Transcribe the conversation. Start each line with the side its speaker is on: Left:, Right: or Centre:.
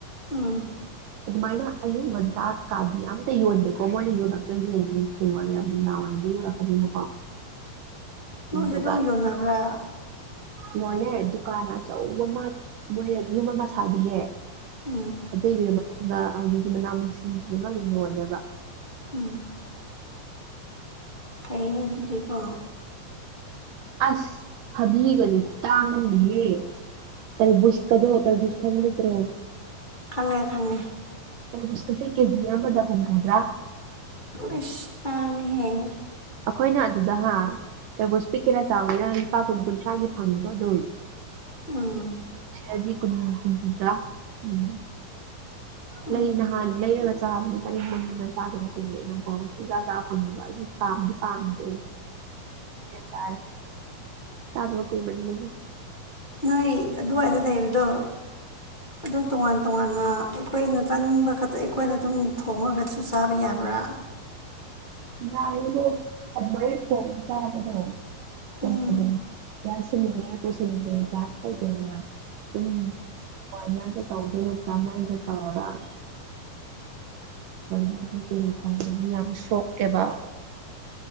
Left: ꯎꯝ
Right: ꯑꯗꯨꯃꯥꯏꯅ ꯑꯌꯨꯛ ꯉꯟꯇꯥ ꯀꯥꯗꯤ ꯑꯝꯇ ꯌꯣꯟꯗꯦꯀꯣ ꯃꯣꯏꯅ ꯌꯣꯜꯂꯛꯇꯣꯏꯁꯦ ꯅꯨꯡꯊꯤꯜ ꯌꯥꯏꯔꯝ ꯅꯨꯡꯗꯥꯡ ꯋꯥꯏꯔꯝꯗ ꯌꯣꯜꯂꯛꯀꯅꯦꯕꯀꯣ
Left: ꯅꯣꯏꯖꯦ
Right: ꯑꯗꯨꯗꯨꯒ
Left: ꯑꯗꯨꯝ ꯌꯣꯟꯅꯕ꯭ꯔꯥ
Right: ꯌꯣꯜꯂꯦ ꯗꯨꯀꯥꯟ ꯑꯆꯧꯕ ꯑꯃ ꯃꯣꯏꯅ ꯌꯨꯝ ꯑꯃ ꯁꯥꯕꯤꯌꯦ
Left: ꯎꯝ
Right: ꯑꯗꯨꯏꯒꯤ ꯃꯅꯨꯡꯗ ꯍꯧꯖꯤꯛꯀꯤ ꯃꯅꯥ ꯃꯁꯤꯡꯁꯤ ꯂꯣꯏ ꯌꯣꯜꯂꯦꯕ
Left: ꯎꯝ ꯐꯩꯩꯅꯦ ꯑꯗꯨꯗꯤꯀꯣ
Right: ꯑꯁ ꯊꯥꯕꯤꯒꯖꯦ ꯈꯨꯇꯥꯡ ꯑꯝꯅꯤꯍꯦ ꯇꯔꯕꯨꯁꯀꯗꯣ ꯇꯔꯕꯨꯁ ꯈꯪꯕ ꯅꯠꯇ꯭ꯔꯣ
Left: ꯈꯪꯉꯦ ꯈꯪꯉꯦ
Right: ꯇꯔꯕꯨꯁ ꯀꯥꯖꯦ ꯀꯦꯖꯤ ꯑꯃꯗ ꯍꯨꯝꯍꯨꯝꯗ꯭ꯔꯥ
Left: ꯄꯁ ꯇꯥꯡꯉꯦꯍꯦ
Right: ꯑꯩꯈꯣꯏꯅ ꯑꯗꯨꯗ ꯍꯥ ꯇꯔꯕꯨꯁꯄꯤ ꯀꯦꯔ ꯆꯥꯎꯅꯄꯥꯒꯨꯟ ꯀꯨꯟ ꯊ꯭ꯔꯥꯒꯤ ꯐꯪꯗ꯭ꯔꯣ ꯑꯗꯨꯝ
Left: ꯑꯥ
Right: ꯆꯗꯤ ꯀ ꯀꯃꯗ꯭ꯔꯥ ꯎꯝ
Left: ꯎꯝ
Right: ꯂꯩ ꯅꯍꯥꯟ ꯂꯩꯔꯒ ꯆꯥꯕꯅꯦ ꯆꯅꯤꯡꯦꯡ ꯃꯟꯅ ꯆꯥꯗꯕ ꯀꯨꯏꯔꯦ ꯑꯗꯨꯅꯀꯣ ꯁꯨꯖꯥ ꯆꯥꯕ ꯐꯪꯗꯕ ꯑꯩ ꯄꯥꯝꯗꯤ ꯄꯥꯝꯗꯦ ꯆꯔꯦ <unintelligible> ꯆꯗꯕ ꯀꯨꯏꯃꯥꯟ ꯕꯩ
Left: ꯅꯣꯏ ꯑꯗꯨꯋꯥꯏꯗ ꯂꯩꯕꯗꯣ ꯑꯗꯨꯝ ꯇꯣꯉꯥꯟ ꯇꯣꯉꯥꯟꯅ ꯑꯩꯈꯣꯏꯅ ꯆꯥꯅꯤꯡꯕ ꯈꯛꯇ ꯑꯩꯈꯣꯏꯅ ꯑꯗꯨꯝ ꯊꯣꯡꯉꯒꯗꯤ ꯁꯨ ꯆꯥꯕ ꯌꯥꯕ꯭ꯔꯥ
Right: ꯌꯥ ꯑꯗꯣ ꯑꯗꯃꯥꯏꯅ ꯊꯣꯡꯉꯥꯒ ꯆꯕꯗꯣ ꯇꯉꯥꯏꯕ
Left: ꯎꯝ
Right: ꯒꯌꯥꯁ ꯁꯤꯂꯤꯟꯗꯔ ꯄꯨꯁꯤꯟꯗꯦ ꯒꯌꯥꯁ ꯂꯩꯇꯦꯅ ꯎꯝ <unintelligible> ꯃꯣꯏꯃꯗ ꯇꯧꯗꯣꯏꯅ ꯆꯥꯃꯦꯟꯒ ꯇꯧꯔꯒ ꯅ ꯑꯗꯨ ꯀꯨꯏꯅ ꯊꯣꯡꯕꯒꯤ ꯌꯥꯝ ꯁꯣꯛꯑꯦꯕ